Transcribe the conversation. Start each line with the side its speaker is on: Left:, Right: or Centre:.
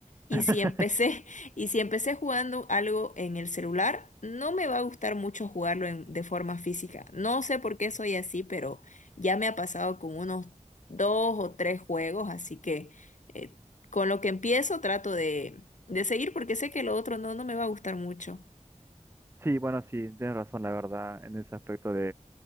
Left: Y
Right: <laughs>
Left: si empecé, <laughs> y si empecé jugando algo en el celular, no me va a gustar mucho jugarlo en- de forma física. No sé por qué soy así, pero ya me ha pasado con unos dos o tres juegos, así que eh, con lo que empiezo trato de, de seguir porque sé que lo otro no, no me va a gustar mucho.
Right: Sí, bueno, sí, tienes razón, la verdad, en ese aspecto